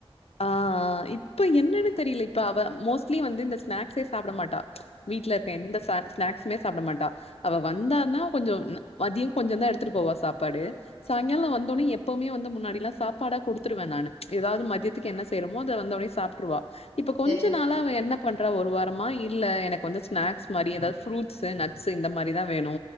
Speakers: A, on the left (about 80°); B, on the right (about 80°).
A: ஆ ஆ இப்போ என்னன்னு தெரியுல இப்போ அவ மோஸ்ட்லி வந்து இந்த ஸ்நாக்ஸே சாப்ட மாட்டா
B: ம்
A: வீட்ல இருக்க எந்த சா ஸ்நாக்ஸ்மே சாப்ட மாட்டா அவ
B: ம்
A: வந்தான்னா கொஞ்சோ மதியோ கொஞ்சோ தா எடுத்துட்டு போவா சாப்பாடு சாயங்காலோ
B: ம்
A: வந்தோன்னே எப் எப்பவுமே வந்து முன்னாடிலா சாப்பாடா குடுத்துருவே நானு ஏதாவது மதியத்துக்கு என்ன செய்ரோமோ அத வந்து ஒடனே சாப்ட்டுறுவா இப்ப
B: ஓகே
A: கொஞ்ச நாளா அவ என்னப் பண்றா ஒரு வாரமா இல்ல எனக்கு வந்து ஸ்நாக்ஸ் மாரி எதாவது ஃப்ரூட்ஸு நட்ஸு இந்த மாதிரி தா வேணு